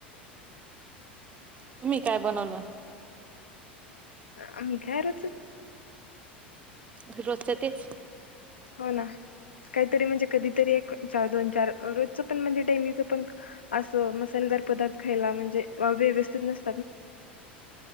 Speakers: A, on the right (about 25°); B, on the left (about 75°).
A: तुम्ही काय बनवलं
B: अ मी काार
A: <inaudible> घरवस्त तेच
B: हो ना काहीतरी म्हणजे कधीतरी एक दोन चार रोजच पण म्हणजे डेलीच पण असं मसालेदार पदार्थ खायला म्हणजे व्यवस्थित नसते